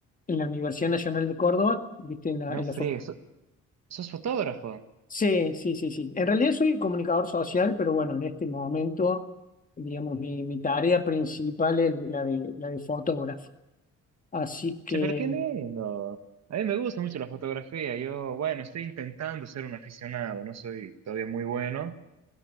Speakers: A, on the left; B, on the right.
A: en la Universidad Nacional de Córdoba, ¿viste? En la,
B: No
A: en
B: friegues,
A: la fo-
B: so- ¿sos fotógrafo?
A: Sí, sí, sí, sí. En realidad soy comunicador social, pero bueno, en este momento, digamos, mi, mi tarea principal es la de, la de fotógrafo. Así que
B: Che, pero qué lindo. A mí me gusta mucho la fotografía. Yo, bueno, estoy intentando ser un aficionado, no soy todavía muy bueno.